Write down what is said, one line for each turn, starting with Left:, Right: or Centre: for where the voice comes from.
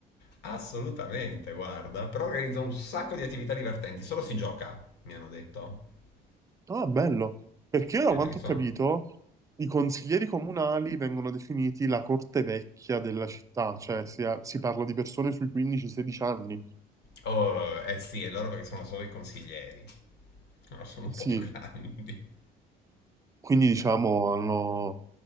Left: assolutamente, guarda. Però organizza un sacco di attività divertenti, solo si gioca, mi hanno detto. Mi
Right: Ah, bello. Perché
Left: hanno
Right: io, da quanto
Left: detto che ci sono
Right: ho capito, i consiglieri comunali vengono definiti la corte vecchia della città, cioè si, ha- si parla di persone sui 15-16 anni.
Left: Oh, eh sì, è loro perché sono solo i consiglieri. Loro sono un
Right: Sì,
Left: po' più grandi.
Right: quindi diciamo hanno